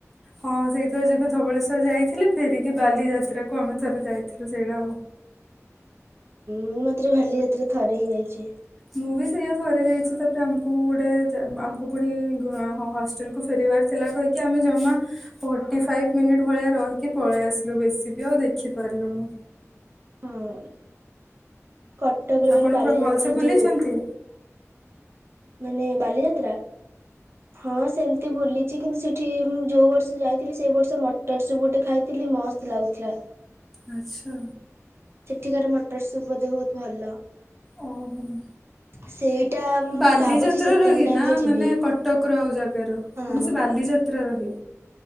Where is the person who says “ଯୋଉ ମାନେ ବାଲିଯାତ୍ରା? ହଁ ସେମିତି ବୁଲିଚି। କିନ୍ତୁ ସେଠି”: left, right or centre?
Right